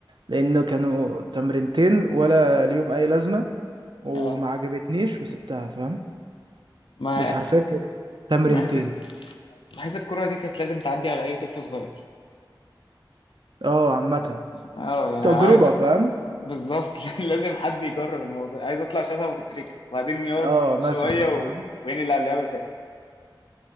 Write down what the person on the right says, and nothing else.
لانه كانوا تمرينتين ولا ليهم اي لازمه وما
عجبتنيش وسبتها فاهم
بس حرفيا كان تمرينتين
اه عامه
تجربه
فاهم
اه مثلا
فاهم